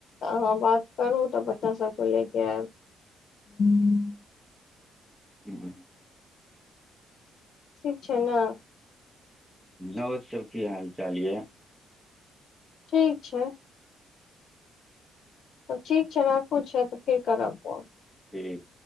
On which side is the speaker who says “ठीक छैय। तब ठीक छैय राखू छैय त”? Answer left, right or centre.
Left